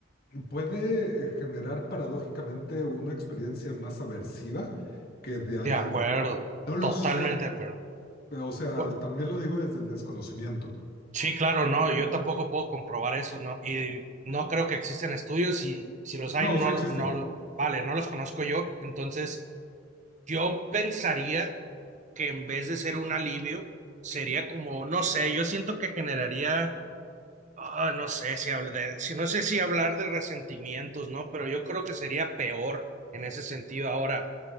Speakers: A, on the left (about 50°); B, on the right (about 40°).
A: puede eh, generar paradójicamente una experiencia más aversiva que de alivio.
B: De acuerdo,
A: No lo
B: totalmente
A: sé,
B: de acuerdo.
A: pero, o sea,
B: Bu-
A: también lo digo desde el desconocimiento.
B: sí, claro, no, yo tampoco puedo comprobar eso, ¿no? Y no creo que existen estudios y si los hay,
A: No,
B: no,
A: sí existen,
B: no, vale, no los conozco yo. Entonces, yo pensaría que en vez de ser un alivio, sería como, no sé, yo siento que generaría, ah, no sé si habla de, si no sé si hablar de resentimientos, ¿no? Pero yo creo que sería peor en ese sentido ahora.